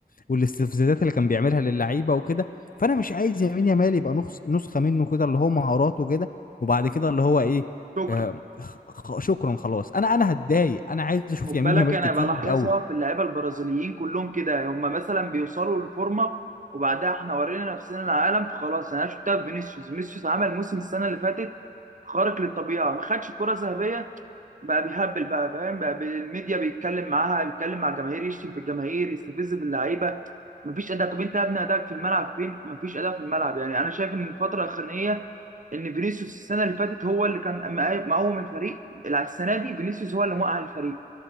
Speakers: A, on the left; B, on the right.
A: والاستفزازات اللي كان بيعملها للعيبة وكده فانا مش عايز يمين يامال يبقى نخس- نسخة منه كده اللي هو مهاراته كده وبعد كده اللي هو ايه
B: شكرا
A: آه، خ- خ- شكرا خلاص انا انا هتضايق انا عايز اشوف
B: خد
A: يمين
B: بالك
A: يامال
B: انا
A: كتير
B: بلاحظها
A: قوي
B: في اللعيبه البرازيليين كلهم كده هم مثلا بيوصلوا للفورمه وبعدها احنا ورينا نفسنا العالم فخلاص يعني انا شفتها في فينيسيوس فينيسيوس عمل موسم السنه اللي فاتت خارق للطبيعه ما خدش الكره الذهبيه بقى بيهبل بقى فاهم بقى بي- الميديا بيتكلم معاها بيتكلم مع الجماهير يشتم في الجماهير يستفز باللعيبه مفيش اداء طب انت يا ابني ادائك في الملعب فين مفيش اداء في الملعب يعني انا شايف ان الفتره الاخرانيه ان فينيسيوس السنه اللي فاتت هو اللي كان مقاوم الفريق السنه دي فينيسيوس هو اللي موقع الفريق